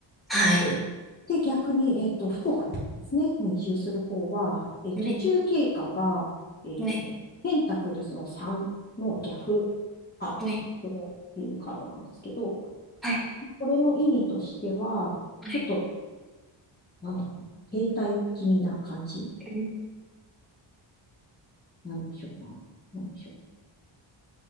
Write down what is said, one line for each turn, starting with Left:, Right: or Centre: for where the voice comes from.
Centre: はい。
Left: で、逆に、えっと、福岡の方ですね、に移住する方は、えー途中経過が、
Centre: はい、
Left: えーペンタクルズの3の逆、
Centre: はい、
Left: あ、
Centre: はい、はい、
Left: 逆のっていうカードなんですけど、
Centre: はい。
Left: これの意味としては、
Centre: はい、
Left: ちょっと、なんだろう、停滞気味な感じ。
Centre: うん、
Left: なんでしょうな。なんでしょう。